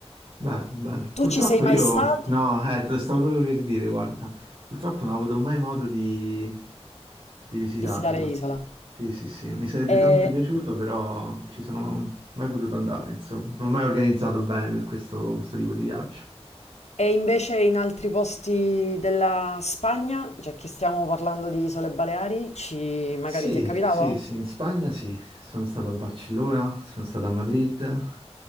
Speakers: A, on the right; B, on the left.
A: Bello, bello.
B: Tu
A: Purtroppo
B: ci sei mai
A: io,
B: stato?
A: no, eh, te lo stavo proprio per dire, guarda, purtroppo non ho avuto mai modo di, di visitarla.
B: Visitare l'isola?
A: Sì, sì, sì, mi sarebbe
B: Eh,
A: tanto piaciuto, però ci sono mai potuto andare, insomma. Non ho mai organizzato bene per questo, questo tipo di viaggio.
B: E invece in altri posti della Spagna, cioè che stiamo parlando di Isole Baleari, ci...
A: Sì,
B: magari ti è capitato?
A: sì, sì, in Spagna sì, sono stato a Barcellona, sono stato a Madrid.